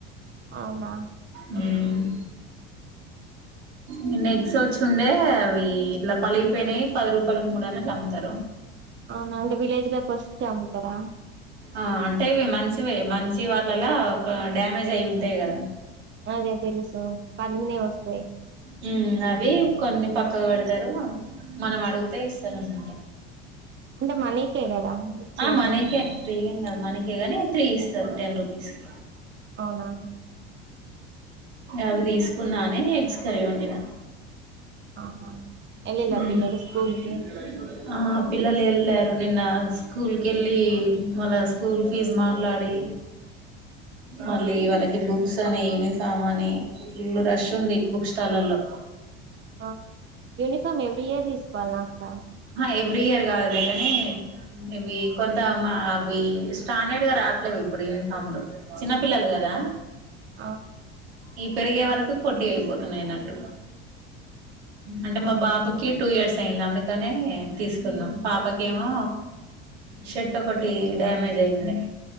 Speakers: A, on the right; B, on the right.
A: అవునా
B: హ్మ్ నిన్న ఎగ్స్ వచ్చుండే అవి ఇట్లా పలిగిపోయినాయి పది రూపాయలకు మూడు అన్నట్లు అమ్ముతారు
A: అవునా అంటే విలేజ్ లో వస్తే అమ్ముతరా
B: ఆ అంటే ఇవి మంచివే మంచి వాటిలలా ఒక డ్యామేజ్ అయి ఉంటాయి కదా
A: అదే తెలుసు పన్ని వస్తాయ్
B: హ్మ్ అవి కొన్ని పక్కకు పెడతారు మనం అడుగితే ఇస్తారన్న
A: అంటే మనీకే కదా వచ్చేది
B: ఆ మనీకే ఫ్రీగా ఏం కాదు మనీ గానీ త్రీ ఇస్తారు టెన్ రూపీస్కి
A: అవునా
B: అవి తీసుకున్నానే ఎగ్స్ కర్రీ ఉండి నా
A: అవునా వెళ్ళిలా
B: అ
A: పిల్లలు స్కూల్ కి
B: ఆ పిల్లలు వెళ్ళారు నిన్న స్కూల్కి వెళ్ళి వాళ్ళ స్కూల్ ఫీజ్ మాట్లాడి మళ్ళీ
A: ఆ,
B: వాళ్ళకి బుక్స్ బుస్ అని యూనిఫామ్ అని ఫుల్ రష్ ఉంది బుక్ స్టాలల్లో
A: ఆ. యూనిఫామ్ ఎవ్రీ ఇయర్ తీసుకోవాల అక్క
B: ఏ ఫీయర్ కాదులే కానీ ఇవి కొంత అవి స్టాండర్డ్ గా రాకలేదు ఇప్పుడు నిఫామ్లు చిన్నపిల్లలు కదా
A: ఆ,
B: ఈ పెరిగే వరకు పోట్టీ అయిపోతున్నాయినట్టు అంటే మా బాబుకి టూ ఇయర్స్ అయింది అందుకనే తీసుకున్నాం పాపకేమో షర్ట్ ఒకటి డ్యామేజ్ అయి ఉండయి